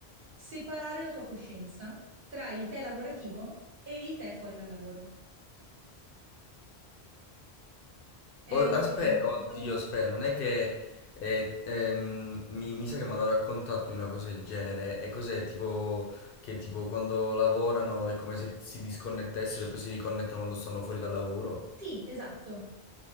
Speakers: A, on the right; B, on the left.
A: separare la tua coscienza tra il te lavorativo e il te fuori dal lavoro. È
B: O-
A: un
B: Aspe,
A: mezzo...
B: oddio, aspe, non è che eh, ehm, mi, mi sa che mi hanno raccontato di una cosa del genere. E cos'è? Tipo che tipo quando lavorano è come se si disconnettessero e poi si riconnettono quando stanno fuori dal lavoro.
A: Sì, esatto.